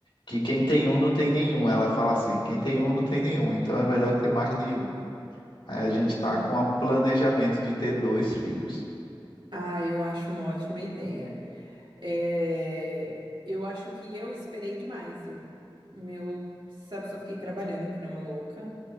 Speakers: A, on the left; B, on the right.
A: Que quem tem um não tem nenhum. Ela fala assim: quem tem um não tem nenhum, então é melhor ter mais de um. Aí a gente
B: Eu
A: está
B: não-
A: com o planejamento de ter dois filhos.
B: Ah, eu acho uma ótima ideia. É, eu acho que eu esperei demais. Eu, meu, sabe, só fiquei trabalhando que nem uma louca